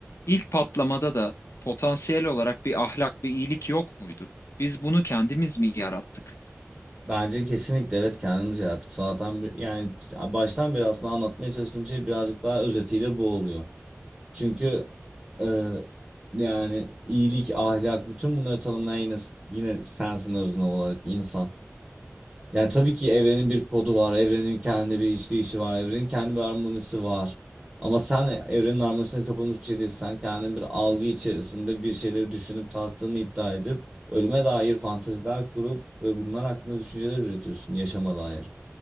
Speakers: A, on the left; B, on the right.
A: ilk patlamada da potansiyel olarak bir ahlak, bir iyilik yok muydu? Biz bunu kendimiz mi yarattık?
B: Bence kesinlikle evet kendimiz yarattık. Sonradan bir, yani baştan beri aslında anlatmaya çalıştığım şey birazcık daha özetiyle bu oluyor. Çünkü e, yani iyilik, ahlak bütün bunları tanımlayan yine yine sensin özne olarak insan. Yani tabii ki evrenin bir kodu var, evrenin kendi bir işleyişi var, evrenin kendi bir harmonisi var. Ama sen evrenin harmonisine kapılmış bir şey değilsin. Sen kendin bir algı içerisinde bir şeyleri düşünüp tarttığını iddia edip ölüme dair fanteziler kurup ve bunlar hakkında düşünceler üretiyorsun yaşama dair.